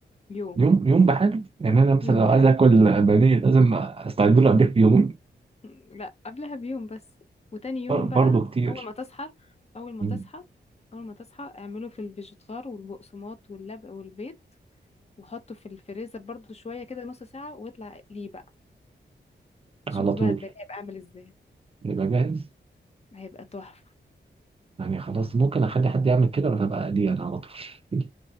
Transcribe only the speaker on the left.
يوم
يوم
بحال
<laughs> لا قبلها بيوم بس وتاني يوم
بقى
اول ما تصحى اول ما
تصحى اول ما تصحى اعمله في الفيجيتار والبقسماط واللبق والبيض وحطه في الفريزر برضو شوية كده نص ساعة ويطلع ليه بقى
شوف
بقى البني هيبقى عامل ازاي
هيبقى تحفة